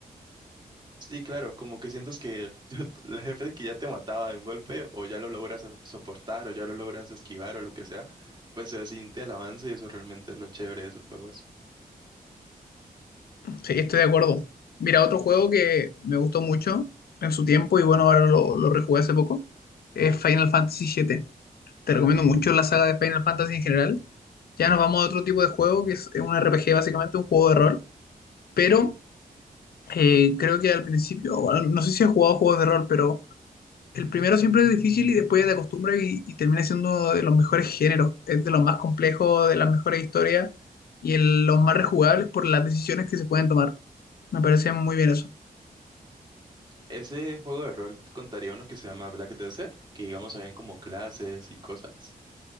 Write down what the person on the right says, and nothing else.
Sí, claro, como que sientes que <laughs> el jefe que ya te mataba de un golpe o ya lo logras so- soportar o ya lo logras esquivar o lo que sea, pues se siente el avance y eso realmente es lo chévere de esos juegos.
Ese juego de rol contaría uno que se llama Black Desert, que digamos habían como clases y cosas.